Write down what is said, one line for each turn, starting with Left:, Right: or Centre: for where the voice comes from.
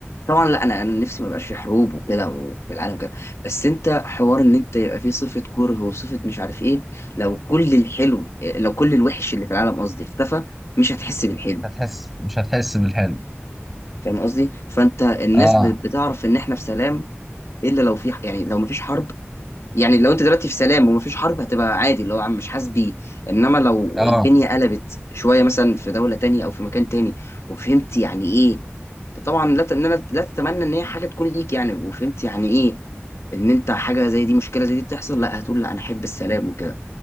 Left: طبعا لا انا انا نفسي ما يبقاش في حروب وكده وفي العالم كده بس انت حوار ان انت يبقى فيه صفه كره وصفه مش عارف ايه لو كل الحلو لو كل الوحش اللي في العالم قصدي اختفى مش هتحس بالحلو
Centre: <laughs> هتحس مش هتحس بالحلو
Left: فاهم قصدي فانت الناس
Centre: اه
Left: ب- بتعرف ان احنا في سلام الا لو في يعني لو مفيش حرب يعني لو انت دلوقتي في سلام ومفيش حرب هتبقى عادي اللي هو عم مش حاسس بيه انما لو
Centre: اه
Left: الدنيا قلبت شويه مثلا في دوله تانية او في مكان تاني وفهمت يعني ايه طبعا لا ت- ان انا لا تتمنى ان هي حاجه تكون ليك يعني وفهمت يعني ايه ان انت حاجه زي دي مشكله زي دي تحصل لا هتقول لا انا احب السلام وكده